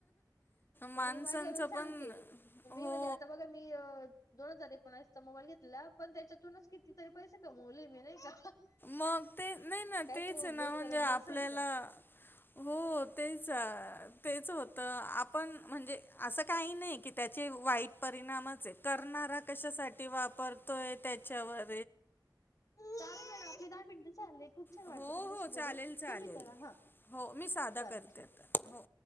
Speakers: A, on the left; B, on the left.
A: पण
B: माणसांचं
A: मी माझ्यावरून सांगते
B: पण
A: मी
B: हो.
A: म्हणजे आता बघा मी दोन हजार एकोणसचा मोबाईल घेतला पण त्याच्यातूनच कितीतरी पैसे कमवले मी नाही का
B: मग ते नाही ना
A: काहीतरी
B: तेच
A: उद्योग
B: आहे ना म्हणजे
A: करत
B: आपल्याला
A: बसायचं.
B: हो तेच तेच होतं आपण म्हणजे असं काही नाही की त्याचे वाईट परिणामच आहे करणारा कशासाठी वापरतोय त्याच्यावर
A: चा आपले दहा मिनिटं झाले, खूप छान वाटलं
B: हो,
A: तुमच्याशी
B: हो. चालेल,
A: बोलून
B: चालेल.
A: तुम्ही करा हा
B: हो, मी साधा
A: चालेल.
B: करते हो!